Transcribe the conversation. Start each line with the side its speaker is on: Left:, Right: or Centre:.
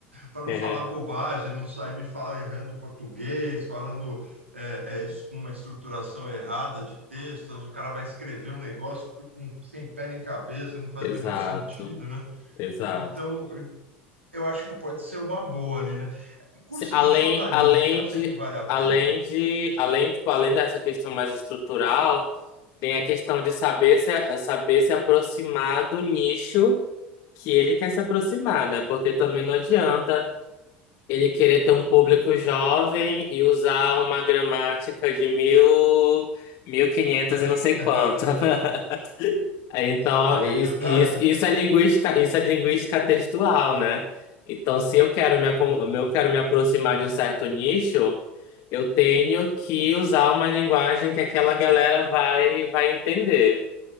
Right: para
Left: é,
Right: não falar bobagem, não sair me falar errando português, falando é, é, es- uma estruturação errada de texto, o cara vai escrever um negócio com- sem pé nem cabeça, não faz
Left: exato,
Right: o menor sentido, né?
Left: exato.
Right: Então, eu eu acho que pode ser uma boa ali, né? E curso
Left: Se- Além,
Right: de jornalismo,
Left: além
Right: você acha
Left: de,
Right: que vale a
Left: além
Right: pena, não?
Left: de, além, tipo, além dessa questão mais estrutural, tem a questão de saber se, saber se aproximar do nicho que ele quer se aproximar, né? Porque também não adianta Ele querer ter um público jovem e usar uma gramática de mil, mil e quinhentos
Right: Ah,
Left: e não sei quanto.
Right: <laughs>
Left: <laughs> Então,
Right: Sim,
Left: ó, isso,
Right: verdade,
Left: isso, isso
Right: verdade.
Left: é linguística, isso é linguística textual, né? Então, se eu quero me, acom-
Right: Ah,
Left: eu quero me aproximar de um certo nicho, eu tenho que usar uma linguagem que aquela galera vai, vai entender.